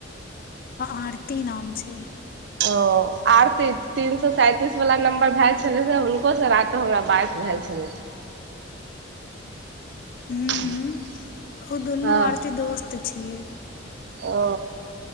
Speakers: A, on the left; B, on the right.
A: आरती नाम छै
B: ओ आरती तीन सो सैंतीस वाला नं्बर भेलए छले से हुनको से रातिो हमरा बाइस भेल छलै <unintelligible>
A: हूँ ओ दुनू
B: हँ
A: आरती दोस्त छियै
B: ओ